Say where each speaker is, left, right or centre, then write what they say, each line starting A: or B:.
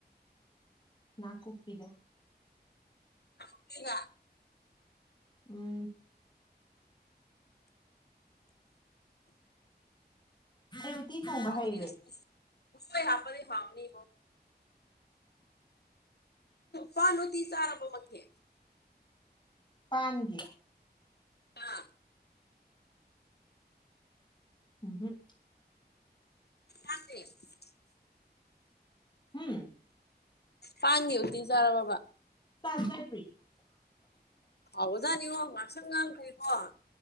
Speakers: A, on the left; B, on the left.
A: ꯅꯥꯀꯨꯞꯄꯤꯒ
B: ꯑꯒ
A: ꯎꯝ ꯑꯩ ꯎꯇꯤ ꯊ‌ꯣꯡꯕ
B: ꯍꯥꯎꯅꯤ
A: ꯍꯩꯔ‌ꯦ
B: ꯎꯁꯣꯏ ꯍꯥꯞꯄꯗꯤ ꯍꯥꯎꯅꯤꯕꯣ ꯄꯥꯅ‌ꯎꯇꯤ ꯆꯥꯔꯕ‌ꯣ ꯑꯗꯨꯗꯤ
A: ꯄꯟꯒꯤꯔꯥ
B: ꯑꯥ
A: ꯎꯝ ꯍꯝ
B: <inaudible>
A: ꯍꯨꯝ
B: ꯐꯥꯟꯒꯤ ꯎꯇꯤ ꯆꯥꯔꯕꯕꯥ
A: ꯆꯥꯖꯗꯔꯤ
B: ꯍꯥꯎꯕꯖꯥꯠꯅꯤꯉꯣ ꯉꯥꯡꯁꯪ ꯉꯥꯡꯈꯔ꯭ꯦꯀꯣ